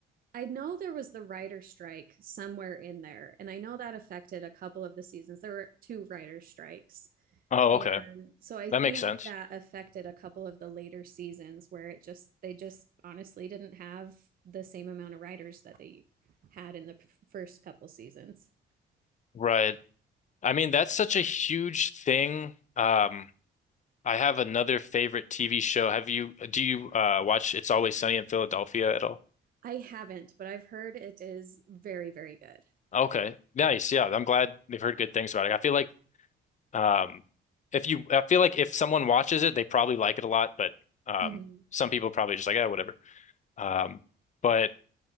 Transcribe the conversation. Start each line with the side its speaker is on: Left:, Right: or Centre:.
Right: I know there was the writer strike somewhere in there, and I know that affected a couple of the seasons. There were two writer strikes.
Left: oh,
Right: And
Left: okay.
Right: so I
Left: That
Right: think
Left: makes sense.
Right: that affected a couple of the later seasons where it just they just honestly didn't have the same amount of writers that they had in the p- first couple seasons.
Left: Right. I mean, that's such a huge thing. Um, I have another favorite TV show. Have you, do you, uh, watch It's Always Sunny in Philadelphia at all?
Right: I haven't, but I've heard it is very, very good.
Left: Okay, nice. Yeah, I'm glad they've heard good things about it. I feel like Um, if you, I feel like if someone watches it, they probably like it a lot, but um,
Right: hmm
Left: some people probably just like, oh, whatever. Um, but